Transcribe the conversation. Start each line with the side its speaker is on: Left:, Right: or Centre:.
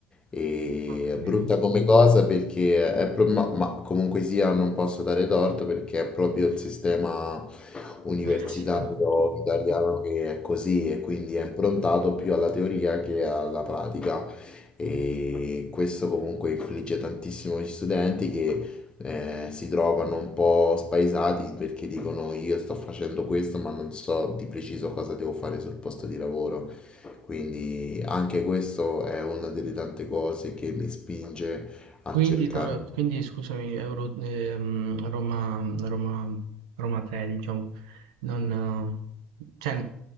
Left: E
Right: Ho capito.
Left: è brutta come cosa perché è pro- ma, ma comunque sia non posso dare torto perché è proprio il sistema universitario
Right: Università, università.
Left: italiano che è così e quindi è improntato più alla teoria che alla pratica. E questo comunque infligge tantissimo agli studenti che eh, si trovano un po' spaesati perché dicono io sto facendo questo ma non so di preciso cosa devo fare sul posto di lavoro. Quindi anche questo è una delle tante cose che mi spinge a
Right: Quindi,
Left: cercare.
Right: to- quindi, scusami, Euro, ehm, Roma, Roma, Roma 3, diciamo, non, eh, cioè,